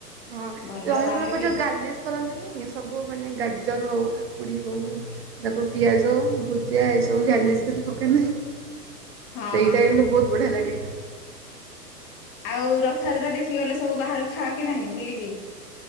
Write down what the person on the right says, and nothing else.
ହଁ
ରହିବ
ପ
ଯଉ ଗାର୍ଲିସ୍ କରନ୍ତିନି ସବୁ ମାନେ ଗାଜର ହଉ କାକୁଡି ହଉ। ତାକୁ ପିଆଜ ଭୁଜିଆ ଏସବୁ ଗାଲିସ୍ କରି ପକା ନାହି।
ସେଇଟା
କିନ୍ତୁ ବହୁତ ବଢିଆ ଲାଗେ।